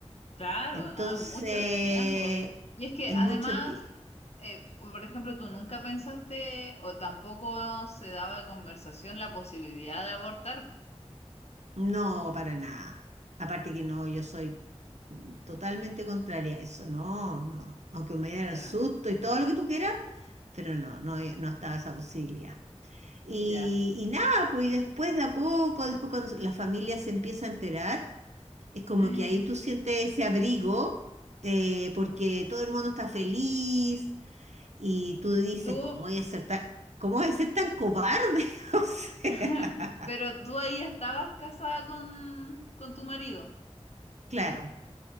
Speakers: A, on the left; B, on the right.
A: Claro,
B: Entonces,
A: no, mucho tiempo. Y es que
B: es
A: además,
B: mucho tiempo.
A: eh, por ejemplo, tú nunca pensaste o tampoco se daba conversación la posibilidad de abortar.
B: No, para nada. Aparte que no, yo soy totalmente contraria a eso. No, no. Aunque me diera
A: Ya,
B: el susto y todo lo que tú quieras, pero no, no, he- no estaba esa posibilidad. Y,
A: ya.
B: y nada, pues y después de a poco, después cuando la familia se empieza a enterar, es como
A: <gasps>
B: que ahí tú sientes ese abrigo, eh, porque todo el mundo está feliz y tú dices,
A: Tú,
B: ¿cómo voy a ser tan, cómo voy a ser tan cobarde? <laughs> O sea,
A: <laughs> Pero tú ahí ya estabas casada con, con tu marido.
B: claro.